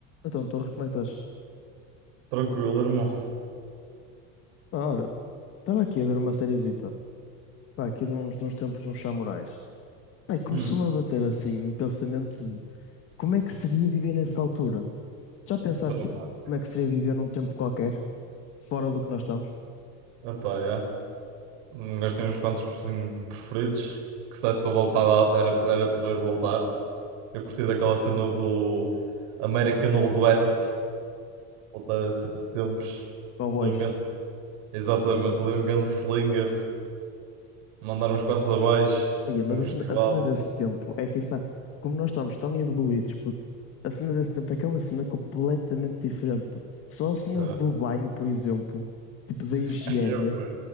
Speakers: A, on the left (about 35°); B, on the right (about 65°).
A: Então, tu recomendas.
B: Tranquilo, irmão.
A: Ah, olha, estava aqui a ver uma seriezita. Pá, aqui de uns, de uns tempos, uns samurais. Pá, e começou-me
B: Hum,
A: a bater assim um pensamento de como é que seria viver nessa altura? Já pensaste,
B: dramático.
A: tipo, como é que seria viver num tempo qualquer, fora do que nós estamos?
B: Epá, yeah. Um gajo uns quantos assim, preferidos que se desse para voltar lá, era, era poder voltar. Eu curti daquela cena do American Old West. Voltar a esse tipo de tempos.
A: Cowboys.
B: Ali um grande- Exatamente, ali um gunslinger. Mandar uns quantos abaixo.
A: Aí,
B: Assim,
A: mas
B: um
A: a
B: festival.
A: cena, a cena desse tempo é que aí está. Como nós estamos tão evoluídos, puto, a cena desse tempo é que é uma cena completamente diferente, puto. Só a cena
B: É.
A: do banho, por exemplo, tipo da higiene,
B: <laughs> É bué.